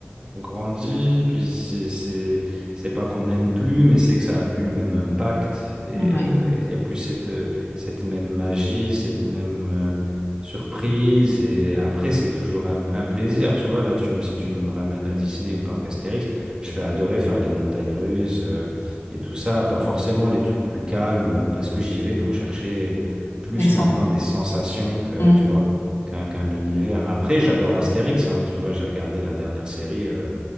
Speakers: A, on the right; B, on the left.
A: on grandit, puis c'est c'est c'est pas qu'on n'aime plus, mais c'est que ça a plus le même impact et
B: Ouais.
A: euh, et il y a plus cette euh, cette même magie, cette même euh, surprise et après c'est toujours un, un plaisir, tu vois. Là, tu me si tu me ramènes à Disney ou parc Astérix, je vais adorer faire les montagnes russes euh, et tout ça, pas forcément les trucs plus calmes euh, parce que j'y vais pour chercher plus
B: Elles sont-
A: maintenant des sensations que
B: Mm.
A: tu vois qu'un qu'un univers. Après, j'adore Astérix, hein, tu vois, j'ai regardé la dernière série euh,